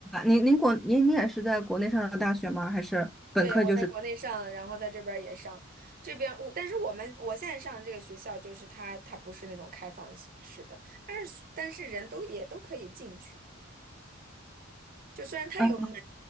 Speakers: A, in the centre; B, on the right (about 45°).
A: 您您国您您也是在国内上的大学吗？还是本科就是
B: 对，我在国内上，然后在这边儿也上，这边我，但是我们我现在上的这个学校，就是它它不是那种开放式式的，但是但是人都也都可以进去，就虽然它有门，
A: 啊